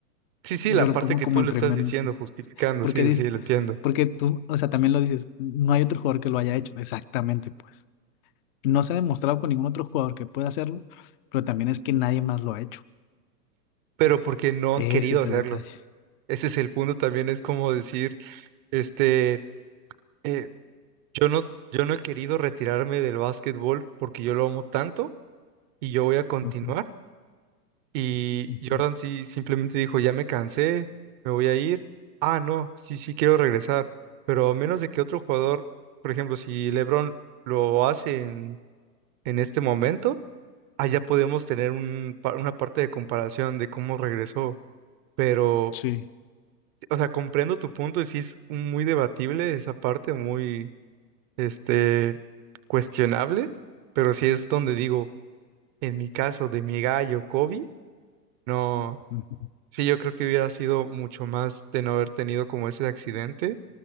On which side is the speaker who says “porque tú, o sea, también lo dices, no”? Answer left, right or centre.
Left